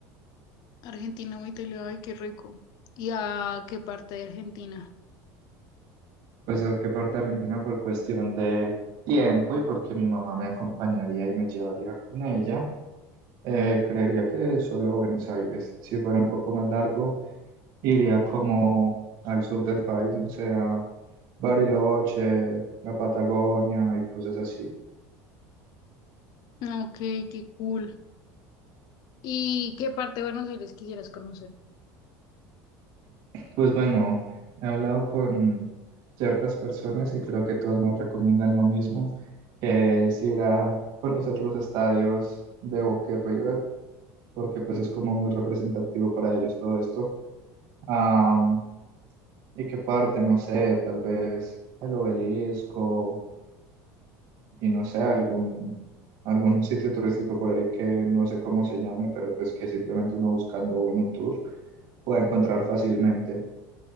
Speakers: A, on the left; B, on the right.
A: Argentina, o Italia, ay, qué rico. ¿Y a qué parte de Argentina?
B: Pues, ¿a qué parte de Argentina? Por cuestión de tiempo y porque mi mamá me acompañaría y me llevaría con ella. Eh, creería que solo a Buenos Aires. Si fuera un poco más largo, iría como al sur del país, no sé, a Bariloche, la Patagonia y cosas así.
A: Ah, Ok, qué cool. ¿Y qué parte de Buenos Aires quisieras conocer?
B: Pues bueno, he hablado con ciertas personas y creo que todos me recomiendan lo mismo, que es ir a conocer los estadios de Boca y River, porque pues es como muy representativo para ellos todo esto. Am, ¿y qué parte? No sé, tal vez el obelisco y no sé, algún, algún sitio turístico por ahí que no sé cómo se llame, pero pues que simplemente uno buscando en un tour pueda encontrar fácilmente.